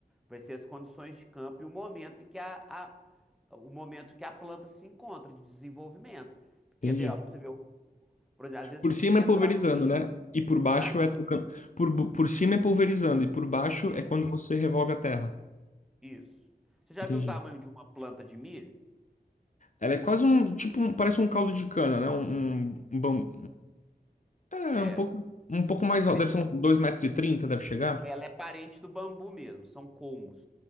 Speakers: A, in the centre; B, on the left.
A: Vai ser as condições de campo e o momento em que a, a- o momento que a planta se encontra de desenvolvimento. Quer
B: entendi.
A: ver, ó, pra você ver, por exemplo, às vezes
B: Por
A: você
B: cima
A: tem que
B: é
A: entrar
B: pulverizando,
A: no milho.
B: né? E por baixo
A: Hã?
B: é trocando. Por, bu- por cima é pulverizando, e por baixo
A: Isso.
B: é quando você revolve a terra.
A: Isso. Você já
B: Entendi.
A: viu o tamanho de uma planta de milho?
B: Ela é quase um, tipo, um- parece um caldo de cana, né? Um, um, um bam- é,
A: É.
B: um pouco, um pouco mais
A: Pare-
B: alto, deve ser uns 2,30 metros, e trinta, deve chegar.
A: Ela é parente do bambu mesmo, são colmos.